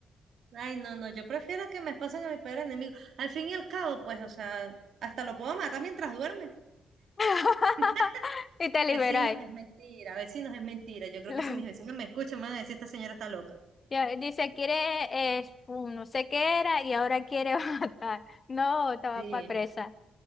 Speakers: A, on the right (about 70°); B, on the left (about 35°).
A: Ay, no, no, yo prefiero que me esposen a mi peor enemigo. Al fin y al cabo, pues, o sea, hasta lo puedo matar mientras duerme.
B: <laughs>
A: <laughs>
B: Y te
A: Vecinos,
B: liberáis.
A: es mentira, vecinos, es mentira. Yo creo
B: <laughs>
A: que si mis vecinos me escuchan, van a decir, esta señora está loca.
B: Ya, Dice, quiere, eh, un no sé qué era y ahora quiere <laughs> matar. No, estaba
A: Sí.
B: pa- presa.